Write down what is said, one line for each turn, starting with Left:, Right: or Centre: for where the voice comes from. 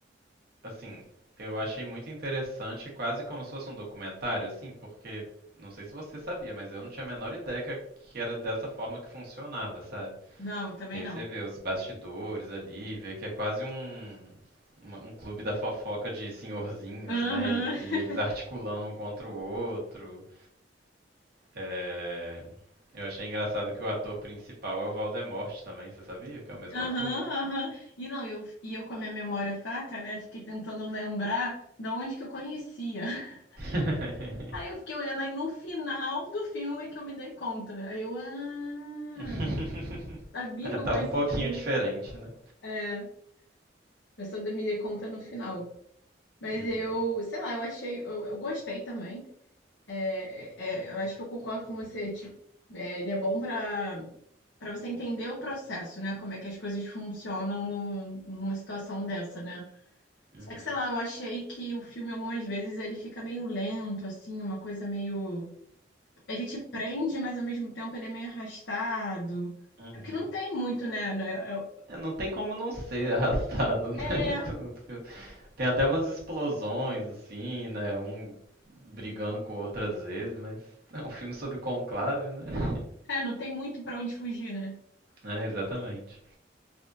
Right: Assim, eu achei muito interessante, quase como se fosse um documentário, assim, porque não sei se você sabia, mas eu não tinha a menor ideia que, que era dessa forma que funcionava, sabe?
Left: Não, eu também
Right: E aí
Left: não.
Right: você vê os bastidores ali, vê que é quase um, uma- um clube da fofoca de senhorzinhos,
Left: Aham,
Right: né? E,
Left: <laughs>
Right: e eles articulando um contra o outro. É, Eu achei engraçado que o ator principal é o Valdemorte também, você sabia que é o mesmo
Left: aham,
Right: ator?
Left: aham. E não, eu, e eu com a minha memória fraca, né? Fiquei tentando lembrar de onde que eu conhecia. <laughs>
Right: <laughs>
Left: Aí eu fiquei olhando, aí no final do filme é que eu me dei conta. Aí eu, ah,
Right: <laughs>
Left: sabia
Right: É,
Left: que
Right: tava
Left: eu conhecia
Right: um pouquinho
Left: de algum.
Right: diferente, né?
Left: É, eu só me dei conta no final. Mas
Right: Uhum,
Left: eu, sei lá, eu achei, eu eu gostei também. É, é, eu acho que eu concordo com você. Tipo, é, ele é bom para para você entender o processo, né? Como é que as coisas funcionam no- numa situação dessa, né?
Right: uhum,
Left: Só que, sei lá, eu achei que o filme algumas vezes ele fica meio lento, assim, uma coisa meio. Ele te prende, mas ao mesmo tempo ele é meio arrastado.
Right: uhum.
Left: É porque não tem muito, né? É,
Right: É, não tem como não ser arrastado, né?
Left: é, é,
Right: <laughs> Tem até umas explosões, assim, né? Um brigando com outras vezes, mas é um filme sobre conclave, né? <laughs>
Left: é, não tem muito para onde fugir, né?
Right: É, exatamente.